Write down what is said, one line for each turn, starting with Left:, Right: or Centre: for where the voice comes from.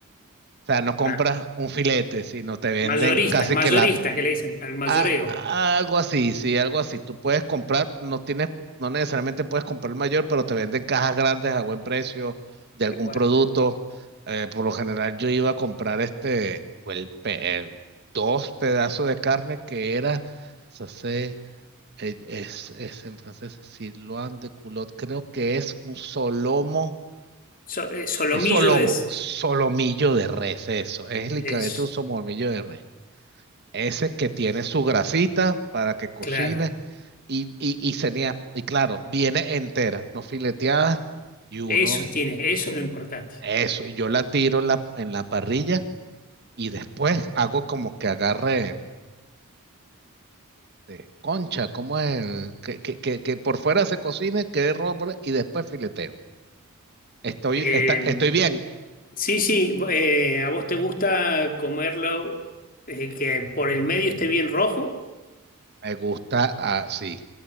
Right: O sea, no compras
Left: Ah,
Right: un filete, sino te venden
Left: mayorista,
Right: casi
Left: mayorista
Right: que la
Left: que le dicen al mayoreo.
Right: A- a- algo así, sí, algo así. Tú puedes comprar, no tienes, no necesariamente puedes comprar el mayor, pero te venden cajas grandes a buen precio de algún
Left: Qué bueno.
Right: producto. Eh, por lo general yo iba a comprar este, o el, pe- eh, dos pedazos de carne que era, se hace, eh, es, es en francés, sirloin de culot, creo que es un solomo,
Left: So- eh, solomillo
Right: es solomo,
Left: es,
Right: solomillo de res, eso, es literalmente
Left: es.
Right: un solomillo de res. Ese que tiene su grasita para que cocine
Left: Claro,
Right: y, y, y tenía, y claro, viene entera, no fileteada, y uno,
Left: eso tiene, eso es lo importante.
Right: eso, y yo la tiro en la, en la parrilla y después hago como que agarre eh, concha, como es? Que, que, que, que por fuera se cocine, quede roja por- y después fileteo. Estoy,
Left: Eh,
Right: está, estoy bien.
Left: sí, sí, vo- eh, a vos te gusta comerlo eh, que por el medio esté bien rojo
Right: Me gusta así.